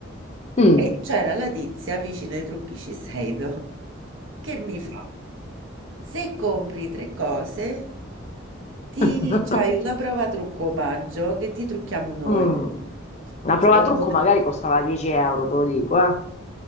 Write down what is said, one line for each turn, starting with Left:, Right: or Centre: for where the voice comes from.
Left: Mm.
Right: E c'era la tizia vicino ai trucchi Shiseido <laughs> che mi fa, se compri tre cose, ti
Left: <laughs>
Right: c'hai una prova trucco omaggio che ti trucchiamo noi.
Left: Mm. Una
Right: Secondo
Left: prova trucco
Right: te?
Left: magari costava 10 euro, te lo dico, eh.